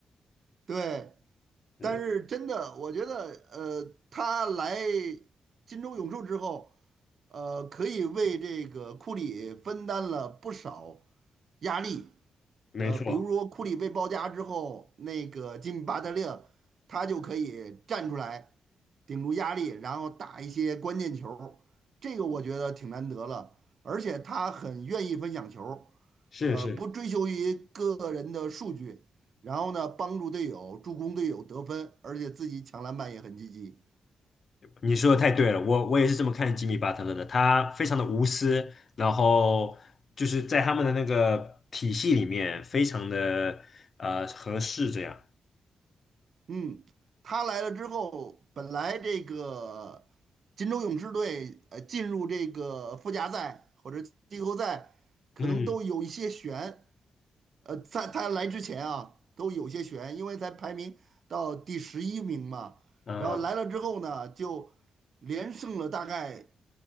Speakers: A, on the right (about 60°); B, on the left (about 45°).
A: 对，
B: 嗯，
A: 但是真的，我觉得，呃，他来金州勇士之后，呃，可以为这个库里分担了不少压力。
B: 没错，
A: 呃，比如说库里被包夹之后，那个吉米巴特勒他就可以站出来。顶住压力，然后打一些关键球，这个我觉得挺难得了。而且他很愿意分享球，
B: 是是，
A: 呃，不追求于个人的数据，然后呢，帮助队友助攻队友得分，而且自己抢篮板也很积极。
B: 你说的太对了，我我也是这么看吉米巴特勒的，他非常的无私，然后就是在他们的那个体系里面非常的呃合适，这样。
A: 嗯，他来了之后，本来这个金州勇士队呃进入这个附加赛或者季后赛，可能都有一些悬。
B: 嗯
A: 呃，在他来之前啊，都有些悬，因为才排名到第十一名嘛。
B: 嗯
A: 然后来了之后呢，就连胜了大概